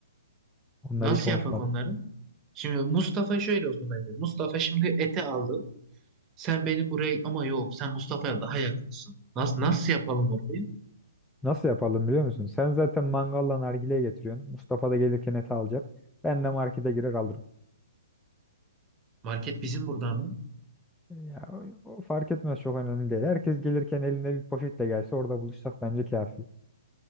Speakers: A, in the centre; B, on the right (about 20°).
A: Onları
B: nasıl
A: hiç konuşmadık.
B: yapak onları? Şimdi Mustafa şöyle olsun bence. Mustafa şimdi ete aldı. Sen benim buraya ama yok sen Mustafa'ya daha yakınsın. Nasıl, nasıl yapalım orayı?
A: Nasıl yapalım biliyor musun? Sen zaten mangalla nargileyi getiriyorsun. Mustafa da gelirken et alacak. Ben de markete girer alırım.
B: Market bizim burada mı?
A: Ya, o o fark etmez çok önemli değil. Herkes gelirken elinde bir poşetle gelse orada buluşsak bence kafi.